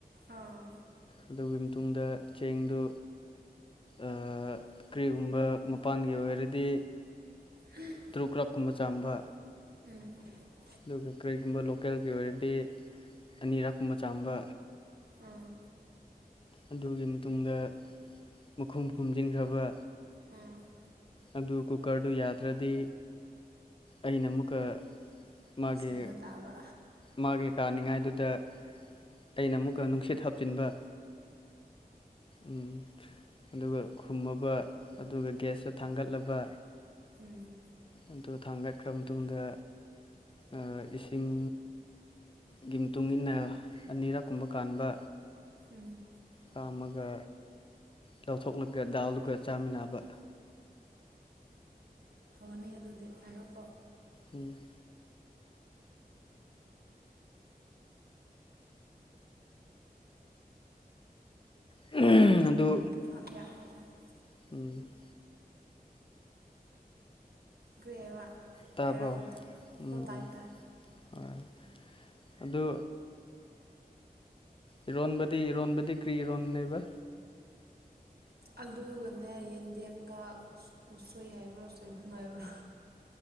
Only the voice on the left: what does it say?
ꯑꯗꯨꯒꯤ ꯃꯇꯨꯡꯗ ꯆꯦꯡꯗꯨ ꯑꯥ ꯀꯔꯤꯒꯨꯝꯕ ꯃꯄꯥꯟꯒꯤ ꯑꯣꯏꯔꯗꯤ
ꯇꯔꯨꯛ ꯀꯛꯀꯨꯝꯕ ꯆꯥꯝꯕ
ꯑꯗꯨꯒ ꯀꯔꯤꯒꯨꯝꯕ ꯂꯣꯀꯦꯜꯒꯤ ꯑꯣꯏꯔꯗꯤ ꯑꯅꯤꯔꯛꯀꯨꯝꯕ ꯆꯥꯝꯕ
ꯑꯗꯨꯒꯤ ꯃꯇꯨꯡꯗ ꯃꯈꯨꯝ ꯈꯨꯝꯖꯤꯟꯈ꯭ꯔꯕ
ꯑꯗꯨ ꯀꯨꯀꯔꯗꯨ ꯌꯥꯗ꯭ꯔꯗꯤ ꯑꯩꯅ ꯑꯃꯨꯛꯀ ꯃꯥꯒꯤ
ꯃꯥꯒꯤ ꯀꯥꯅꯤꯉꯥꯏꯗꯨꯗ ꯑꯩꯅ ꯑꯃꯨꯛꯀ ꯅꯨꯡꯁꯤꯠ ꯍꯥꯞꯆꯤꯟꯕ ꯎ ꯑꯗꯨꯒ ꯈꯨꯝꯃꯕ ꯑꯗꯨꯒ ꯒ꯭ꯌꯥꯁꯇ ꯊꯥꯡꯒꯠꯂꯕ
ꯑꯗꯨ ꯊꯥꯡꯒꯠꯈ꯭ꯔ ꯃꯇꯨꯡꯗ ꯑꯥ ꯏꯁꯤꯡ ꯒꯤ ꯃꯇꯨꯡ ꯏꯟꯅ ꯑꯅꯤꯔꯛ ꯀꯨꯝꯕ ꯀꯥꯟꯕ
ꯀꯥꯝꯃꯒ ꯂꯧꯊꯣꯛꯂꯒ ꯗꯥꯜꯗꯨꯒ ꯆꯥꯃꯤꯟꯅꯕ
ꯎꯝ <unintelligible> ꯑꯗꯨ
<inaudible>
ꯇꯥꯕ꯭ꯔꯣ
ꯎꯝ
ꯎꯝ
ꯍꯣꯏ ꯑꯗꯨ ꯏꯔꯣꯟꯕꯗꯤ ꯏꯔꯣꯟꯕꯗꯤ ꯀ꯭ꯔꯤ ꯏꯔꯣꯟꯕꯅꯦꯕ